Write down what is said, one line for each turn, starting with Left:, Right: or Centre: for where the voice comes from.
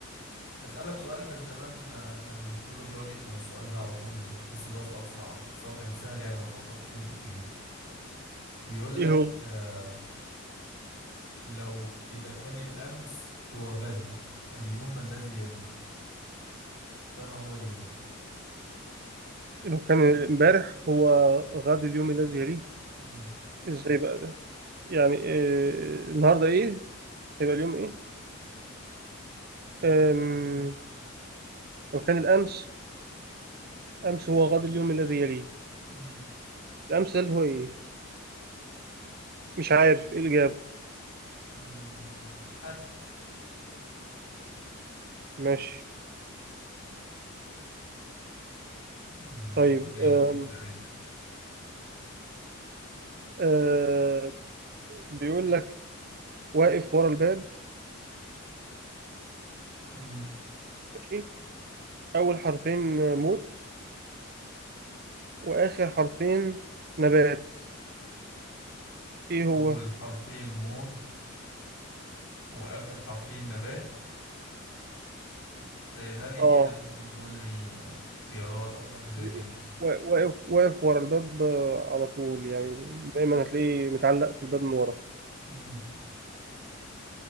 Left: أسألك سؤال كان زمان آه، كان كله بيقعد يسأل السؤال ده على طول وتحس إن هو سؤال صعب بس هو كان سهل يعني لو فكرت فيه ممكن تجيبه بيقول
Right: إيه
Left: لك
Right: هو؟
Left: آه، لو إذا كان الأمس هو غد اليوم الذي يليه فما هو اليوم؟
Right: لو كان امبارح هو غد اليوم الذي يليه
Left: مم.
Right: إزاي بقى ده؟ يعني آه النهاردة إيه؟ هيبقى اليوم إيه؟ آم، لو كان الأمس أمس هو غد اليوم الذي يليه
Left: مم.
Right: الأمس ده اللي هو إيه مش عارف إيه اللي جاب
Left: مم. الحد
Right: ماشي
Left: مم.
Right: طيب
Left: ماشي
Right: آم،
Left: اسأل أنت
Right: آه بيقول لك واقف ورا الباب
Left: مم.
Right: ماشي أول حرفين موت وآخر حرفين نبات إيه هو
Left: أول حرفين موت وآخر حرفين نبات سهلها لي
Right: آه
Left: كده ممكن تقول لي آه، اختيارات أو حاجة زي
Right: بي-
Left: كده
Right: وا- واقف واقف ورا الباب آه، على طول يعني دايما هتلاقيه متعلق في الباب من ورا
Left: مم.